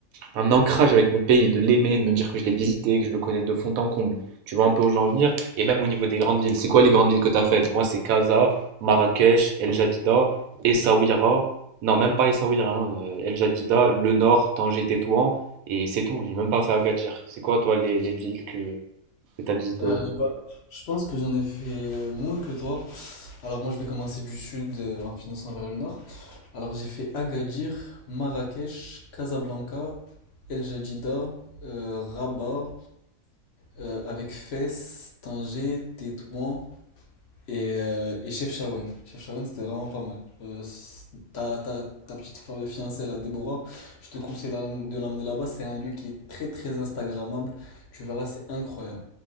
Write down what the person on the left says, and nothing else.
Euh,
bah,
je pense que j'en ai fait moins que toi. Alors moi, je vais commencer du sud euh, en finançant vers le nord. Alors j'ai fait Agadir, Marrakech, Casablanca, El Jadida, euh, Rabat, euh, avec Fès, Tanger, Tétouan. Et, euh, et Chef Shawen. Chef Shawen, c'était vraiment pas mal. Euh, c- ta, ta, ta petite fi- fiancée, là, Déborah, je te conseille de l'am- de l'emmener là-bas. C'est un lieu qui est très, très Instagrammable. Tu verras, c'est incroyable.